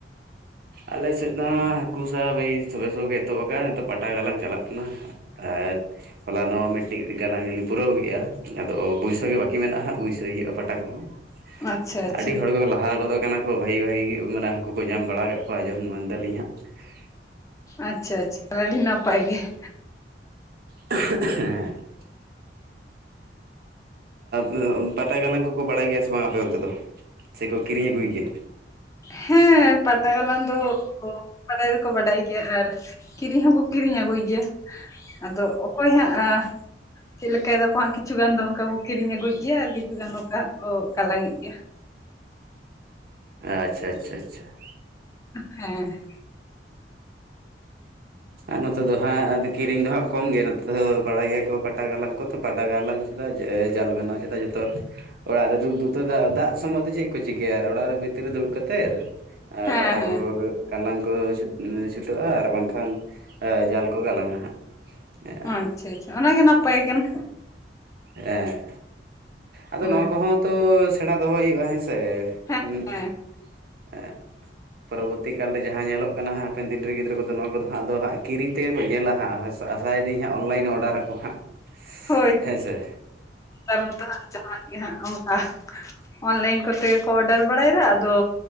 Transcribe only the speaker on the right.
ᱟᱞᱮ ᱥᱮᱫ ᱫᱚ ᱦᱟᱸᱜ ᱦᱟᱹᱠᱩ ᱥᱟᱵ ᱮᱭ ᱥᱚᱵᱮ ᱥᱚᱵᱮ ᱮᱛᱚ ᱟᱠᱟᱱ ᱱᱤᱛᱚᱜ ᱯᱟᱴᱟ ᱜᱟᱞᱟᱝ ᱪᱟᱞᱟᱜ ᱠᱟᱱᱟ ᱾ <inaudible> ᱦᱚᱞᱟ ᱱᱚᱜ ᱢᱤᱫᱴᱤᱡ ᱜᱟᱞᱟᱝ ᱞᱤᱧ ᱯᱩᱨᱟᱹᱣ ᱠᱮᱜᱼᱟ ᱟᱫᱚ ᱵᱩᱭᱥᱟᱹ ᱜᱮ ᱵᱟᱠᱤ ᱢᱮᱱᱟᱜᱼᱟ ᱦᱟᱸᱜ ᱵᱩᱭᱥᱟᱹ ᱦᱩᱭᱩᱜᱼᱟ ᱯᱟᱴᱟ ᱠᱚᱦᱚᱸ ᱾
ᱟᱰᱤ ᱦᱚᱲ ᱠᱚ ᱞᱟᱦᱟ ᱜᱚᱫ ᱠᱟᱱᱟ ᱠᱚ ᱵᱷᱟᱜᱤ ᱵᱷᱟᱜᱤ ᱜᱮ ᱢᱟᱱᱮ ᱦᱟᱠᱩ ᱠᱚ ᱧᱟᱢ ᱵᱟᱲᱟ ᱠᱟᱜ ᱠᱟᱣᱟ ᱡᱚᱢ ᱮᱢᱟᱱ ᱫᱟᱞᱤᱧ ᱦᱟᱸᱜ ᱾
<unintelligible> ᱦᱮᱸ <inaudible> ᱯᱟᱴᱟ ᱜᱟᱞᱟᱝ ᱠᱚᱠᱚ ᱵᱟᱲᱟᱭ ᱜᱮᱭᱟ ᱥᱮ ᱵᱟᱝ ᱟᱯᱮ ᱚᱱᱛᱮ ᱫᱚ ᱥᱮᱠᱚ ᱠᱤᱨᱤᱧ ᱟᱹᱜᱩᱭ ᱜᱮᱭᱟ?
ᱟᱪᱪᱷᱟ ᱟᱪᱪᱷᱟ ᱟᱪᱪᱷᱟ ᱾
ᱟᱨ ᱱᱚᱛᱮ ᱫᱚ ᱦᱟᱸᱜ ᱠᱤᱨᱤᱧ ᱫᱚ ᱦᱟᱸᱜ ᱠᱚᱢ ᱜᱮ ᱱᱚᱛᱮ ᱫᱚ ᱵᱟᱲᱟᱭ ᱜᱮᱭᱟ ᱠᱚ ᱯᱟᱴᱟ ᱜᱟᱞᱟᱝ ᱠᱚ ᱾ ᱯᱟᱴᱟ ᱜᱟᱞᱟᱝ ᱜᱮᱫᱟ ᱡᱟᱞ ᱵᱮᱱᱟᱣ ᱠᱮᱫᱟ ᱡᱷᱚᱛᱚ ᱚᱲᱟᱜ ᱨᱮ ᱫᱩᱜ ᱫᱩᱜ ᱛᱮ ᱫᱟᱜ ᱫᱟᱜ ᱥᱚᱢᱚᱭ ᱫᱚ ᱪᱮᱜ ᱠᱚ ᱪᱤᱠᱟᱹᱭᱟ ᱟᱨ ᱚᱲᱟᱜ ᱨᱮ ᱵᱷᱤᱛᱤᱨ ᱨᱮ ᱫᱩᱲᱩᱜ ᱠᱟᱛᱮᱜ ᱟ
ᱯᱟᱴᱟ
ᱠᱚ ᱠᱚ ᱜᱟᱞᱟᱝ ᱠᱚ ᱥᱤᱴᱟᱹᱜᱼᱟ ᱟᱨ ᱵᱟᱝᱠᱷᱟᱱ <inaudible> ᱡᱟᱞ ᱠᱚ ᱜᱟᱞᱟᱝᱼᱟ ᱦᱟᱸᱜ ᱾
ᱦᱮᱸ, ᱟᱫᱚ
ᱱᱚᱣᱟ ᱠᱚᱦᱚᱸ ᱛᱚ ᱥᱮᱬᱟ ᱫᱚᱦᱚ ᱦᱩᱭᱩᱜᱼᱟ ᱦᱮᱸ ᱥᱮ᱾
<unintelligible>
ᱦᱮᱸ ᱯᱚᱨᱚᱵᱚᱨᱛᱤ ᱠᱟᱞᱨᱮ ᱡᱟᱦᱟᱸ ᱧᱮᱞᱚᱜ ᱠᱟᱱᱟ ᱾ ᱦᱟᱸᱜ ᱦᱟᱯᱮᱱ ᱫᱤᱱ ᱨᱮ ᱜᱤᱫᱽᱨᱟᱹ ᱠᱚᱫᱚ ᱱᱚᱣᱟ ᱠᱚᱫᱚ ᱦᱟᱸᱜ ᱟᱫᱚ ᱦᱟᱸᱜ ᱠᱤᱨᱤᱧ ᱛᱮᱜᱮ ᱠᱚ ᱧᱮᱞᱟ ᱦᱟᱸᱜ᱾ ᱦᱟᱸᱥᱼᱼ ᱟᱥᱟᱭ ᱫᱤᱧ ᱦᱟᱸᱜ ᱚᱱᱞᱟᱭᱤᱱ ᱚᱰᱟᱨ ᱟᱠᱚ ᱦᱟᱸᱜ᱾
ᱦᱮᱸ ᱥᱮ